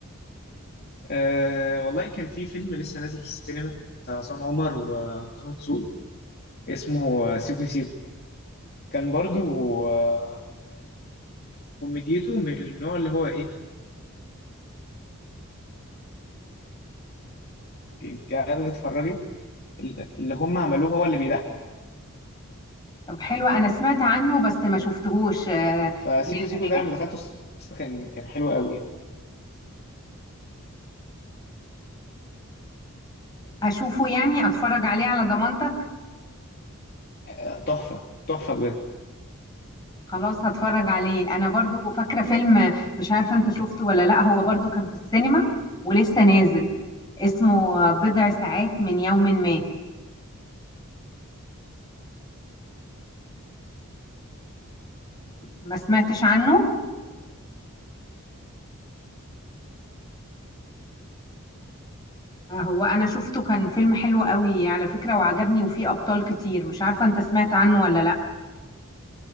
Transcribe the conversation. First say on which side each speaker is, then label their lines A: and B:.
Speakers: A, on the left (about 45°); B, on the left (about 20°).
A: أه والله كان في فيلم لسه نازل في السينما بتاع عصام عمر وطه دسوقي اسمه آه، سيكو سيكو كان برضو آه، كوميديته من النوع اللي هو ايه انت قاعده تتفرجي اللي هم عملوه هو اللي بيضحك
B: طب حلو أنا سمعت عنه بس ما شفتهوش آه،
A: فسيكو
B: يعني
A: سيكو ده
B: أحب
A: لما دخلته السينما كان كان حلو قوي يعني.
B: أشوفه يعني أتفرج عليه على ضمانتك
A: آه، تحفه تحفه بجد
B: خلاص هتفرج عليه انا برضو فاكره فيلم مش عارفه انت شفته ولا لا هو برضو كان في السينما ولسه نازل اسمه بضع ساعات من يوم ما ما سمعتش عنه هو انا شفته كان فيلم حلو قوي على فكره وعجبني وفيه ابطال كتير مش عارفه انت سمعت عنه ولا لا